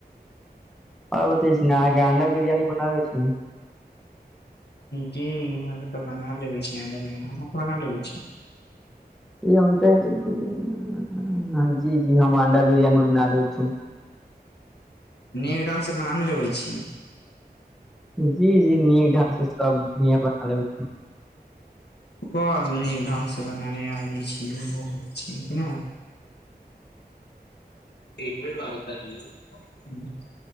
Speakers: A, in the centre; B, on the left.
A: आर बताबे छी ने अहाँके अंडा बिरियानी बनाबै छी
B: जी आहाँके बना लेबे छी अण्डा बिरयानी आहाँ बना लेेबे छी
A: <unintelligible> जी जी हम अंडा बिरियानी बना लेब छी
B: नीक ढंग से बना न लेबे छी
A: जी जी नीक ढंग से सब इहे बना लेबे छी
B: बर नीक ढंग से बनाये आ जाय छी <unintelligible>
A: <unintelligible>
B: <unintelligible>